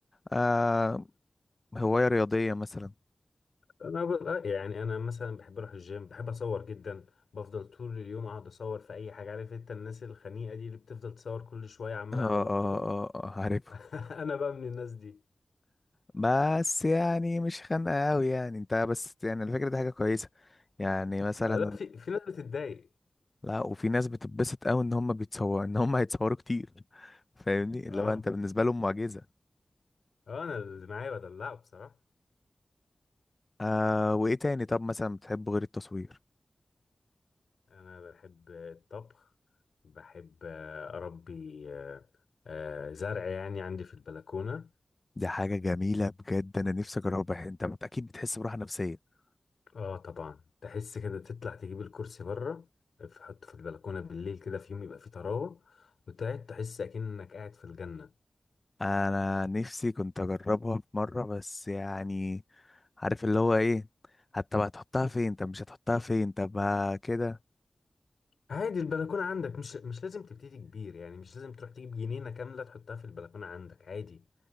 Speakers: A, on the left (about 25°); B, on the left (about 90°).
A: آه هواية رياضية مثلا
B: انا ب- آه، يعني انا مثلا بحب اروح الجيم بحب اصور جدا بفضل طول اليوم اقعد اصور في اي حاجه عارف انت الناس الخنيقه دي اللي بتفضل تصور كل شويه عماله
A: اه اه
B: على بطال
A: اه آه، عارفه
B: <laughs> انا بقى من الناس دي
A: بس يعني مش خانقة قوي يعني انت بس يعني الفكرة دي حاجة كويسة يعني مثلا
B: آه، لا في في ناس بتتضايق
A: لا وفي ناس بتتبسط قوي ان هم بيتصور ان هم هيتصوروا كتير فاهمني اللي
B: اه
A: هو انت بالنسبه لهم معجزه
B: اه انا اللي معايا بدلعه بصراحه
A: آه وايه تاني طب مثلا بتحبه غير التصوير
B: انا بحب الطبخ بحب آه، اربي آه، آه، زرع يعني عندي في البلكونه
A: دي حاجه جميله بجد انا نفسي اجربها انت بت- اكيد بتحس براحه نفسيه
B: اه طبعا تحس كده تطلع تجيب الكرسي بره تحطه في البلكونه بالليل كده في يوم يبقى فيه طراوه وتقعد تحس اكنك قاعد في الجنه
A: انا نفسي كنت اجربها في مره بس يعني عارف اللي هو ايه حتى بقى تحطها فين طب مش هتحطها فين طب ما كده
B: عادي البلكونه عندك مش مش لازم تبتدي كبير يعني مش لازم تروح تجيب جنينه كامله تحطها في البلكونه عندك عادي